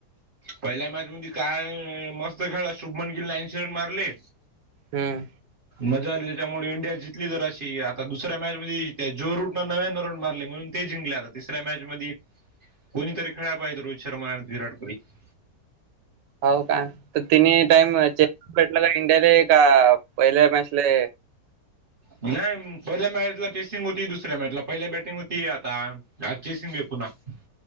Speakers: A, on the right; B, on the right.
A: पहिल्या मॅच मध्ये काय, मस्त खेळला शुभमन गिलने ऐंशी रन मारली.
B: हम्म.
A: मजा आली त्याच्यामुळे इंडिया जिंकली जराशी, आता दुसऱ्या मॅच मध्ये जो रूट न नव्यानं रन मारली म्हणून ते जिंकले तिसऱ्या मॅच मदी कोणीतरी खेळला पाहिजे रोहित शर्मा- विराट कोली <inaudible>
B: हो का तर तिनने टाईम चे भेटला का इंडियाले का पहिले मॅचले
A: नाही पहिल्या मॅचला टेसिंग होती दुसऱ्या मॅचला पहिल्या बॅटिंग होती आता- जाातचेसं वे पु ना <unintelligible>